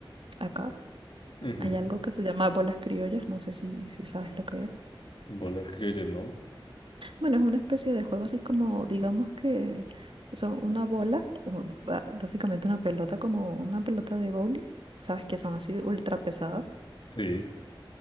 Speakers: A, on the right; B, on the left.
A: acá,
B: <laughs> Ujú.
A: hay algo que se llama bolas criollas, no sé si, si sabes lo que es.
B: Bolas criollas, ¿no?
A: Bueno, es una especie de juego así como, digamos que son una bola, o ba- básicamente una pelota, como una pelota de bowling, sabes que son así ultra pesadas
B: Sí.